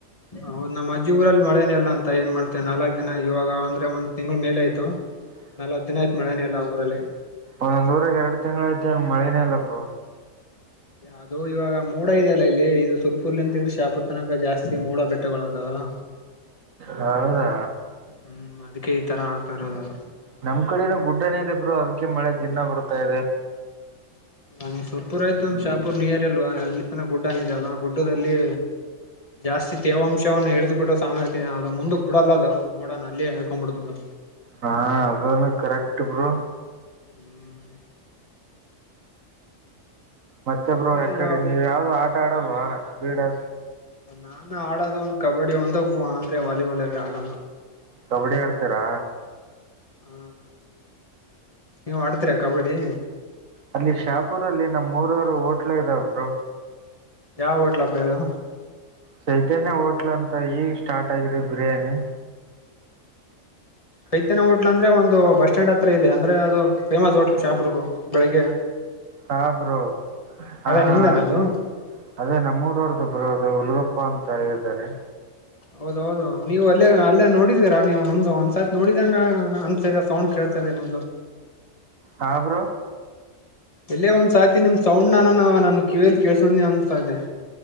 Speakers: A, on the left; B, on the right.
A: ಹೌದ್ ನಮ್ಮ ಅಜ್ಜ ಗರಲ್ಲಿ ಮಳೇನೇಲ್ಲ ಅ ಏನ್ ಮಾಡ್ತೆವೆ ನಾಲ್ಕಕ್ ದಿನ ಇವಾಗ ಅಂದ್ರೆಂದ ತಿಂಗ್ಳ ಮೇ ಆ್ತು
B: ಹಾ
A: ನಾ ಹದಿನೈ್ತ್ ಮಳನನೆ ಎಲ್ಲ ಊರಲ್ಲಿ
B: ಒಂದೊಂದ್ಊರ ಎಡು ತಿಂಗಳ ಐತಿ್ ಮಳೆನೇ ಇಲ್ಲರು ಹ
A: ಅದು ಇವಾಗ ಮೋಡ ಇದೆಯಲ್ಲಾ ಇಲ್ಲಿ ಇದು ಸುರ್ಪುರ್ಲಿ ಅಂತಿ್ರಿ ಶಾಪುರ್ ತನಕ ಜಾಸ್ತಿ ಮೋಡ ಬೆಟ್ಟಗಳಗಳುದಾವಲ್ಲ
B: ಹೌದಾ
A: ಹ್ಮ್ ಅದಕ್ಕೆ ಈ ತರ ಆಗ್ತಾ ಇರೋದದು
B: ನಮ್ ಕಡನ ಗುಡ್ಡಣೆ ಇದೆ ಬ್ರೋ ಅದಕ್ಕೆ ಮಳೆ ದಿಿನ ಬರ್ತಾ ಇದೆ
A: ನ ಸುರ್ಪುರ್ ಆಯ್ತುಂದ್ ಶಾಪೂುರ್ ನೀಿಯರ್ ಅಲ್ವಾ ಅಲ್ಲಿ ತನ ಗುಡ್ ಅನಿದ ಅಲ್ಲ ಗುಡ್ಡದಲ್ಲಿ ಜಾಸ್ತಿ ತೇವಾಂಶವನ್ನು ಹಿಡುಕ ಕೊಟ್ಟೋ ಸಾಮಾ ಅದು ಮುಂದಕ್ ಬಿಡಲ್ಲ ಅದು ಮೋಡ ಅಲ್ಲಿೇ ಹೇಕೊಂಬಿಡ್ತದು
B: ಹಾ ಅದನ್ನು ಕರೆಕ್ಟ್ ಬರು
A: ಹ್ಮ್
B: ಮತ್ತೆಬ್ರು
A: ಅಂದ್ರೆ
B: ಯಕಡೆ
A: ಅಯ್ಯೋ
B: ನೀವು ಯಾವ್ದು ಆಟ ಆಡಲ್ವಾ ಕ್ರೀಡಾ
A: ನಾನು ಆಡೋದು ಒಂದು ಕಬಡ್ಡಿ ಒಂದು ಅಂದ್ರೆ ವಾಲಿಬಾಲ್ ಎರಡು ಆಡೋದು
B: ಕಬಡ್ಡಿ ಆಡ್ತಾರಾ
A: ಹಾ ನೀವ್ ಆಡ್ತ್ರ ಕಬಡ್ಡಿ
B: ಅಲ್ಲಿ ಶಾಪುರ ಅಲ್ಲಿ ನಮ್ಮ್ ಮೂರವರು ಹೋಟ್ಲ ಇದ ಒಬ್ರು
A: ಯಾವ ಹೋಟ್ಲ್ ಹಬ್ಬ ಹೇಳು
B: ಚೈತನ್ಯ ಹೋಟ್ಲ್ ಅಂತ ಈಗ ಸ್ಟಾರ್ಟ್ ಆಗಿದೆ ಬಿರಿಯಾನಿ
A: ಚೈತನ್ಯ ಹೋಟ್ಲ್ ಅಂದ್ರೆ ಒಂದು ಬಸ್ ಸ್ಟ್ಯಾಂಡ್ ಹತ್ರ ಇದೆ ಅಂದ್ರೆ ಅದು ಫೇಮಸ್ ಹೋಟ್ಲ್ ಚಾಪುರ್ಗೂ ಬೆಳಗ್ಗೆ.
B: ಹಾ ಬ್ರೋ ಹಾ
A: ಅದೇ ನಿಮ್ದೇನ
B: ಹ ಅದೇ.
A: ಅದು
B: ಅದೇ ನಮ್ಮೂರ ಅವ್ರ್ದುಬ್ರೋ ಅದು ಹುಲ್ಗೊಪ್ಪ ಅಂತ ಇದಾರೆ.
A: ಹೌದ ಹೌದು ನೀವು ಅಲ್ಲೇ ಅಲ್ಲೇ ನೋಡಿದೀರಾ ನೀವು ನಮ್ದು ಒಂದ್ಸತ್ ನೋಡಿದಂಗ ಅನ್ಸ್ತ ಇದೆ ಸೌಂಡ್ ಕೇಳ್ತಾಯಿದೆ ನೀಮ್ದು.
B: ಹಾ ಬ್ರೋ
A: ಎಲ್ಲೇ ಒಂದ್ಸಹತಿ ನಿಮ್ ಸೌಂಡ್ ನನ ನನ್ ಕಿವಿಯಲಿ ಕೆಲ್ಸೊಂಡಿನಿ ಅನಸ್ತಾ ಇದೆ.